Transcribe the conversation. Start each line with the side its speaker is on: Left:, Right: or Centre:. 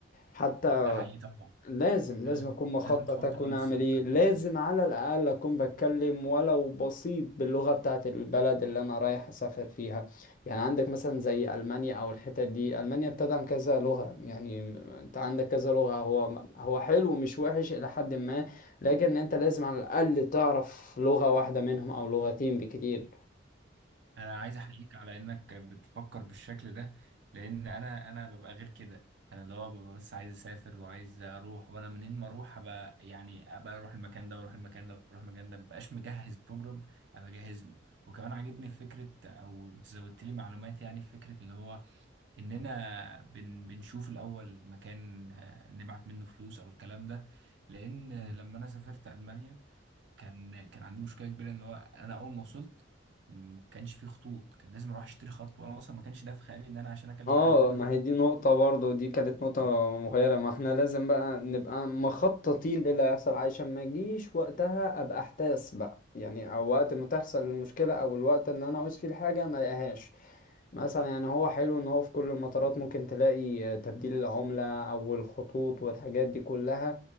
Left: حتى
Right: ده حقيقي طبعا
Left: لازم
Right: ده
Left: لازم
Right: لازم
Left: اكون مخطط
Right: لازم تحط
Left: اكون
Right: لنفسك
Left: اعمل ايه لازم على الاقل اكون بتكلم ولو بسيط باللغه بتاعه البلد اللي انا رايح اسافر فيها يعني عندك مثلا زي المانيا او الحتت دي المانيا بتدعم كذا لغه يعني م- انت عندك كذا لغه هو هو حلو مش وحش الى حد ما لكن انت لازم على الاقل تعرف لغه واحده منهم او لغتين بكتير
Right: انا عايز احييك على انك بتفكر بالشكل ده لان انا انا ببقى غير كده انا اللي هو ببقى بس عايز اسافر وعايز اروح وانا منين ما اروح ابقى يعني ابقى اروح المكان ده واروح المكان ده واروح المكان ده مبقاش مجهز بروجرام ابقى جاهز له وكمان عاجبني في فكره او انت زودت لي معلومات يعني في فكره اللي هو اننا بن بنشوف الاول مكان آه، نبعت منه فلوس او الكلام ده لان لما انا سافرت المانيا كان كان عندي مشكله كبيره ان هو انا اول ما وصلت ما كانش فيه خطوط كان لازم اروح اشتري خط وانا اصلا ما كانش ده في خيالي ان انا عشان اكلم
Left: اه
Right: حد مثلا
Left: ما هي دي نقطة برضو دي كانت نقطة مغيرة ما احنا لازم بقى نبقى مخططين للي هيحصل عشان ما يجيش وقتها ابقى احتاس بقى يعني او وقت ما تحصل المشكلة او الوقت اللي انا عاوز فيه الحاجة ما الاقيهاش مثلا يعني هو حلو ان هو في كل المطارات ممكن تلاقي آه، تبديل العملة او الخطوط والحاجات دي كلها